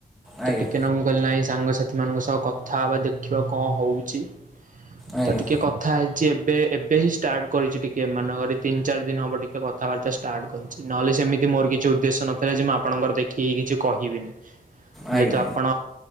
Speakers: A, on the right; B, in the centre.
A: ତ
B: ଆଜ୍ଞା ଆଜ୍ଞା
A: ଟିକେ ନ ମୁଁ କହିଲ ନାଇଁ ସାଙ୍ଗ ସାଥି ମାନଙ୍କ ସହ କଥା ବା ଦେଖିବା କଣ ହେଉଚି
B: ଆଜ୍ଞା
A: ତ ଟିକେ କଥା ହେ କିଛି ଏବେ ଏବେ ହିଁ ଷ୍ଟାର୍ଟ କରିଚି ଟିକିଏ ଏମାନଙ୍କର ତିନି ଚାରି ଦିନ ହେବ ଟିକିଏ କଥାବାର୍ତ୍ତା ଷ୍ଟାର୍ଟ କରିଚି। ନହେଲେ ସେମିତି ମୋର କିଛି ଉଦ୍ଦେଶ୍ୟ ନଥିଲା ଯେ ମୁଁ ଆପଣଙ୍କର ଦେଖିକି କିଛି କହିବିନି।
B: ଆଜ୍ଞା
A: ଯେହେତୁ ଆପଣ